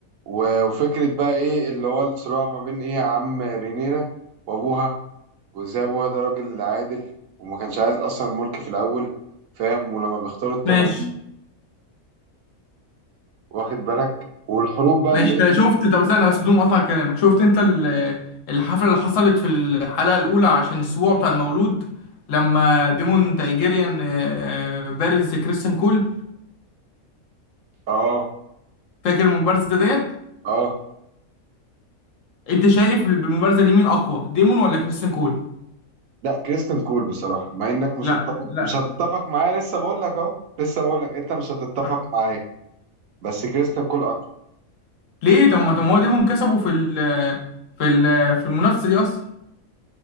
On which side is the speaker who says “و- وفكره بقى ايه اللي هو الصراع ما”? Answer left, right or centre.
Right